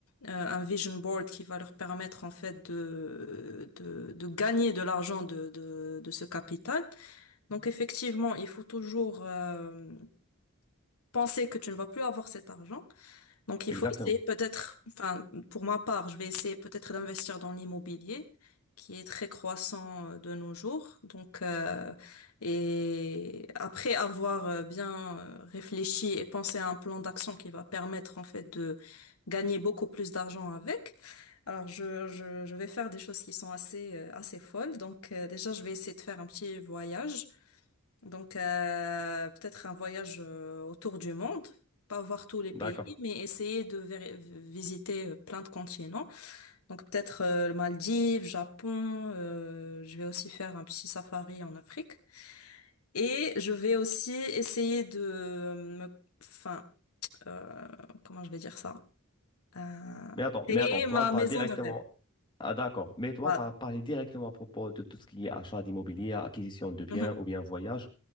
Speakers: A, on the left (about 80°); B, on the left (about 20°).
A: euh, un vision board qui va leur permettre, en fait, de, de, de gagner de l'argent de, de, de ce capital. Donc, effectivement, il faut toujours, euh, penser que tu ne vas plus avoir cet argent. Donc, il
B: Exactement.
A: faut essayer peut-être, enfin, pour ma part, je vais essayer peut-être d'investir dans l'immobilier, qui est très croissant euh, de nos jours. Donc, euh, et après avoir euh, bien euh, réfléchi et pensé à un plan d'action qui va permettre, en fait, de gagner beaucoup plus d'argent avec, alors je, je, je vais faire des choses qui sont assez, euh, assez folles. Donc, euh, déjà, je vais essayer de faire un petit voyage. Donc, euh, peut-être un voyage euh, autour du monde, pas voir tous les
B: D'accord.
A: pays, mais essayer de ver- visiter euh, plein de continents. Donc, peut-être euh, le Maldives, Japon, euh, je vais aussi faire un petit safari en Afrique. Et je vais aussi essayer de euh, me... Enfin, euh, comment je vais dire ça? Euh,
B: Mais attends,
A: créer
B: mais attends, toi,
A: ma
B: tu
A: maison
B: as directement.
A: de rêve.
B: Ah, d'accord. Mais toi,
A: Voilà.
B: tu as parlé directement à propos de tout ce qui est achat d'immobilier, acquisition de biens
A: Mhm,
B: ou bien voyage.